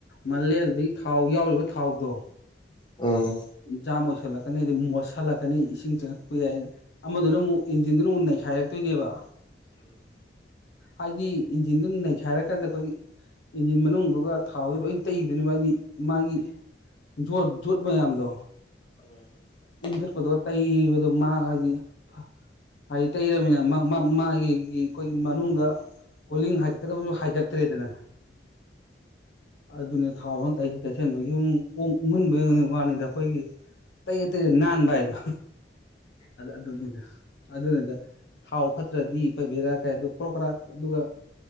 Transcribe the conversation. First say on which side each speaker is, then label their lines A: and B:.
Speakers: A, on the left; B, on the left.
A: ꯃꯜꯂꯦ ꯑꯗꯨꯗꯒꯤ ꯊꯥꯎ ꯌꯥꯎꯔꯤꯕ ꯊꯥꯎꯗꯣ
B: ꯑ
A: ꯖꯥꯝ ꯑꯣꯏꯁꯜꯂꯛꯀꯅꯤ ꯍꯥꯏꯗꯤ ꯃꯣꯠꯁꯜꯂꯛꯀꯅꯤ ꯏꯁꯤꯡ ꯆꯪꯉꯛꯄ ꯌꯥꯏ ꯑꯃꯗꯨꯅ ꯑꯃꯨꯛ ꯏꯟꯖꯤꯟꯗꯨꯅ ꯑꯃꯨꯛ ꯅꯩꯈꯥꯏꯔꯛꯇꯣꯏꯅꯦꯕ
B: <inaudible>
A: ꯍꯥꯏꯗꯤ ꯏꯟꯖꯤꯟꯗꯨ ꯅꯩꯈꯥꯏꯔ ꯀꯥꯟꯗ ꯑꯩꯈꯣꯏꯒꯤ ꯏꯟꯖꯤꯟ ꯃꯅꯨꯡꯗꯨꯒ ꯊꯥꯎꯗꯨ ꯂꯣꯏ ꯇꯩꯒꯤꯗꯣꯏꯅꯦ ꯍꯥꯏꯗꯤ ꯃꯥꯒꯤ ꯖꯣꯠ ꯖꯣꯠ ꯃꯌꯥꯝꯗꯣ
B: ꯎꯝ
A: ꯎꯝꯊꯠꯄꯗꯣ ꯇꯩꯕꯗꯣ ꯃꯥ ꯍꯥꯏꯗꯤ ꯐꯥ ꯍꯥꯏꯗꯤ ꯇꯩꯔꯕꯃꯤꯅ ꯃꯥꯒꯤꯒꯤ ꯑꯩꯈꯣꯏꯒꯤ ꯃꯅꯨꯡꯗ ꯀꯣꯂꯤꯡ ꯍꯥꯏꯒꯠꯀꯗꯕꯁꯨ ꯍꯥꯏꯒꯛꯇ꯭ꯔꯦꯗꯅ ꯑꯗꯨꯅꯦ ꯊꯥꯎꯑꯣꯟ ꯇꯩ ꯇꯩꯁꯟꯕꯒꯤ ꯌꯨꯝ ꯑꯣꯡ ꯎꯡꯍꯟꯕꯩ ꯋꯥꯅꯦꯗ ꯈꯣꯏꯒꯤ ꯇꯩꯔ ꯇꯩꯔ ꯅꯥꯟꯕ ꯍꯥꯏꯗꯣ ꯑꯗꯨꯅꯤꯗ ꯑꯗꯨꯅꯤꯗ ꯊꯥꯎ ꯐꯠꯇ꯭ꯔꯗꯤ ꯄꯩ ꯕꯦꯔꯥ ꯀꯥꯏ ꯑꯗꯣ ꯀ꯭ꯔꯣꯛ ꯀ꯭ꯔꯥꯛ ꯑꯗꯨꯒꯥ